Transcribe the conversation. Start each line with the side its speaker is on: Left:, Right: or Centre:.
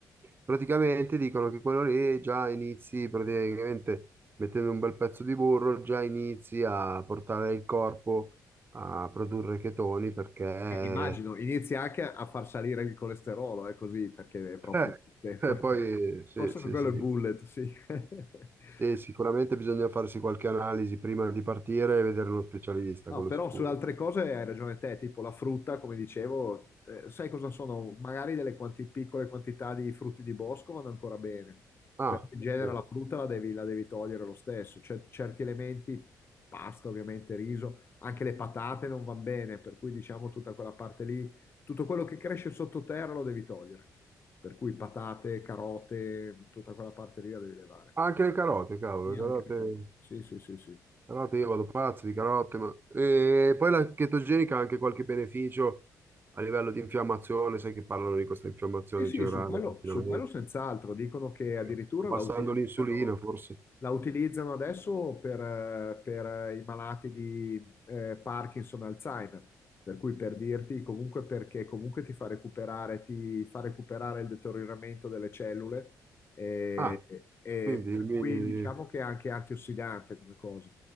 Right: Praticamente dicono che quello lì già inizi praticamente mettendo un bel pezzo di burro, già inizi a portare il corpo a produrre chetoni perché
Left: Eh, immagino, inizia anche a far salire il colesterolo, è così, perché è proprio...
Right: eh,
Left: il sistema.
Right: eh,
Left: <laughs>
Right: poi sì,
Left: Forse
Right: sì,
Left: per quello
Right: sì.
Left: è bullet, sì. <laughs>
Right: E sicuramente bisogna farsi qualche analisi prima di partire e vedere uno specialista,
Left: No,
Right: quello
Left: però
Right: sicuro.
Left: sulle altre cose hai ragione te, tipo la frutta, come dicevo, eh, sai cosa sono? Magari delle quanti- piccole quantità di frutti di bosco vanno ancora bene,
Right: Ah,
Left: perché in genere
Right: sì.
Left: la frutta la devi, la devi togliere lo stesso, c'è certi elementi, pasta ovviamente, riso, anche le patate non vanno bene, per cui diciamo tutta quella parte lì, tutto quello che cresce sottoterra lo devi togliere, per cui patate, carote, tutta quella parte lì la devi levare.
Right: Anche le carote, cavolo,
Left: Sì,
Right: le
Left: anche
Right: carote.
Left: le carote, sì, sì, sì, sì.
Right: Carote, io vado pazzo di carote, ma... E poi la chetogenica ha anche qualche beneficio a livello di infiammazione, sai che parlano di questa infiammazione
Left: Sì, sì,
Right: generale
Left: su quello,
Right: continuamente,
Left: su quello senz'altro. Dicono che
Right: eh,
Left: addirittura
Right: abbassando
Left: la utilizzano,
Right: l'insulina forse.
Left: la utilizzano adesso per, eh, per, eh, i malati di eh, Parkinson, Alzheimer. Per cui per dirti, comunque perché comunque ti fa recuperare, ti fa recuperare il deterioramento delle cellule e,
Right: Ah,
Left: e
Right: quindi
Left: per
Right: mi...
Left: cui diciamo che è anche antiossidante come cosa.